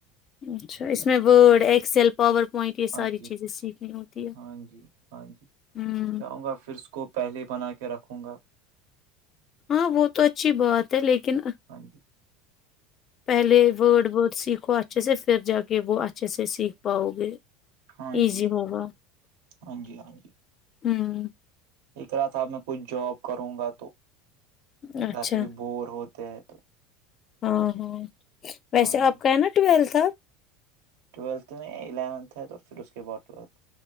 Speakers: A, on the left (about 35°); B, on the right (about 80°).
A: اچھا اس میں Word Excel PowerPoint یہ
B: ہاں
A: ساری
B: جی
A: چیزیں سیکھنی ہوتی ہے
B: ہاں جی ہاں جی
A: ہوں
B: جاؤں گا پھر کو پہلے بنا کے رکھوں گا
A: ہاں وہ تو اچھی بات ہے لیکن
B: ہاں جی
A: پہلے وورڈ بورڈ سیکھ کو اچھے سے پھر جا کے وہ اچھے سے سیکھ پاؤ گے
B: ہاں
A: ایزی
B: جی
A: ہوگا <unintelligible>
B: ہاں جی ہاں جی
A: ہوں
B: ایک رہا تھا میں کچھ جاب کروں گا تو
A: اچھا
B: گھر پہ بھی بور ہو د تو <unintelligible>
A: ہاں ہاں ویسے
B: ہاں
A: آپ
B: جی
A: کا ہے نا ٹویلتھ سب
B: ٹویلتھ میں الیونتھ ہے تو پھر اس کے بعد ٹویلتھ